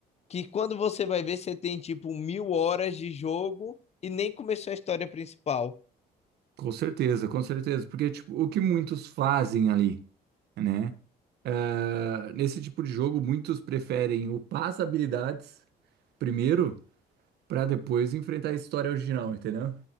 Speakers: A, on the left; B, on the right.
A: que quando você vai ver, você tem tipo mil horas de jogo e nem começou a história principal.
B: Com certeza, com certeza. Porque, tipo, o que muitos fazem ali, né? Ah, nesse tipo de jogo, muitos preferem upar as habilidades primeiro, pra depois enfrentar a história original, entendeu?